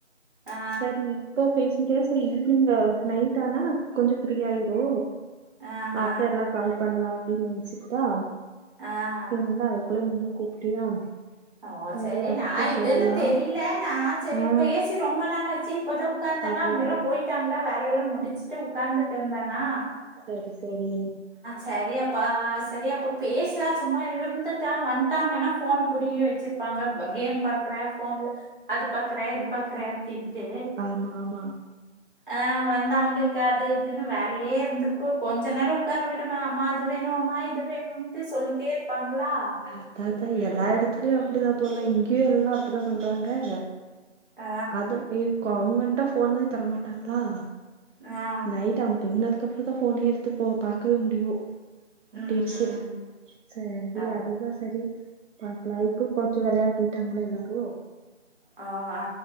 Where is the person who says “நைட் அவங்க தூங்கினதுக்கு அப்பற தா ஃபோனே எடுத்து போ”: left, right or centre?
Right